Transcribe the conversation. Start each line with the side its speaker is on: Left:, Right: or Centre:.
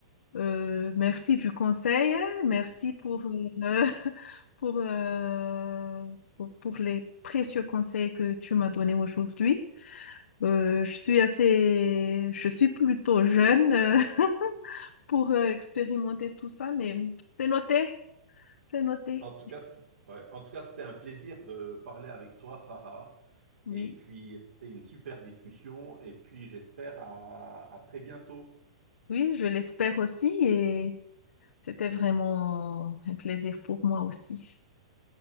Left: euh, merci du conseil, hein. merci pour, euh, <laughs> pour, euh, pour, pour les précieux conseils que tu m'as donnés aujourd'hui. Euh, je suis assez, je suis plutôt jeune euh, <laughs> pour euh, expérimenter tout ça, mais c'est noté, c'est noté.
Right: En tout cas, c'est- ouais. En tout cas, c'était un plaisir de parler avec toi, Farah.
Left: Oui,
Right: Et puis, c'était une super discussion. Et puis, j'espère à à très bientôt.
Left: oui, je l'espère aussi et C'était vraiment un plaisir pour moi aussi.